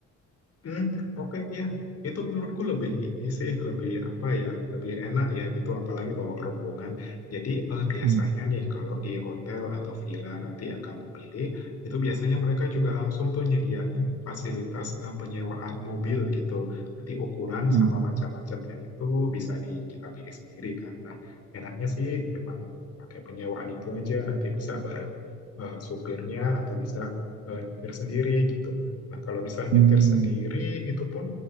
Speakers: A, on the left; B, on the right.
A: Hmm, oke ya itu menurutku lebih ini sih lebih apa ya lebih enak ya gitu apalagi bawa rombongan. Jadi eh, biasanya
B: Hmm,
A: nih kalau di hotel atau villa nanti yang kamu pilih itu biasanya mereka juga langsung tuh nyediain fasilitas eh, penyewaan mobil gitu. Nanti ukuran
B: hmm,
A: sama macam-macamnya itu bisa di kita pilih sendiri kan. Nah enaknya sih memang pakai penyewaan itu aja nanti bisa bareng eh, supirnya atau bisa eh, nyetir sendiri gitu. Nah, kalau misalnya
B: hmm.
A: nyetir sendiri, itu pun